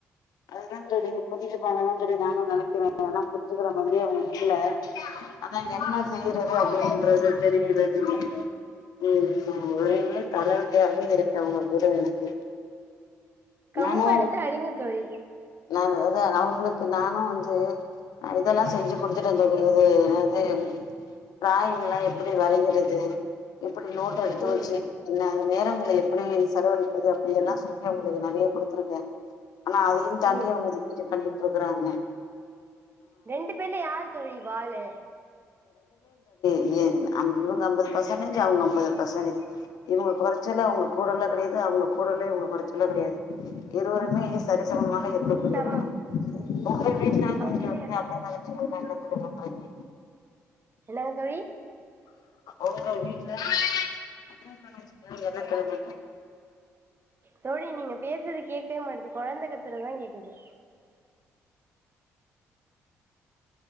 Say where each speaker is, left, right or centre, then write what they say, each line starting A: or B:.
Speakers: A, on the left (about 60°); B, on the right (about 30°).
A: அதுதா தோழி புரிஞ்சுப்பாங்கனுதா தோழி நானு நெனைக்கிறே ஏனா புரிஞ்சுக்குற மாதிரியே அவுங்க இல்ல அதா என்ன செய்யிறது அப்டின்றது தெரியுது தோழி ம் ஒரே தலைவலியாவே இருக்கு அவுங்க கூட எனக்கு
B: கம்பு
A: நானு
B: எடுத்து அடிங்க தோழி
A: நா எ அதா அவுங்குளுக்கு நானு வந்து இதெல்லா செஞ்சு குடுத்துட்டு சொல்லி அது என்னாது டிராயிங் எல்லா எப்டி வரைகிறது எப்டி நோட்ட எடுத்து
B: ம்
A: வச்சு என்ன அது நேரம் எப்டி செலவழிப்பது அப்டி எல்லா சொல்லி அவுங்களுக்கு நறயா குடுத்துருக்கே ஆனா அதையு தாண்டி
B: ம்
A: அவுங்க இப்டி பண்ணிட்டு இருக்குறாங்க
B: ரெண்டு பேர்ல யாரு தோழி வாலு
A: ஏ இவுங்க அம்பது பர்சன்டேஜ் அவுங்க ஐம்பது பர்சன்டேஜ் இவுங்க குறைச்சல்ல அவங்க கூடல கெடயாது அவுங்க கூடலே இவங்க கொறச்சலோ கெடயாது இருவருமே சரிசமமா இருக்கக்கூடியவர்
B: சமம்
A: தா உங்க வீட்ல நீங்க
B: அப்படியா
A: வந்து அக்கா தங்கச்சி எல்லா என்ன என்ன பண்றீங்க
B: என்னங்க தோழி
A: ஒங்க வீட்ல அக்கா தங்கச்சி எல்லா
B: தோழி நீங்க பேசுறது கேட்கவே மாட்டுது கொழந்த கத்துறதா கேக்குது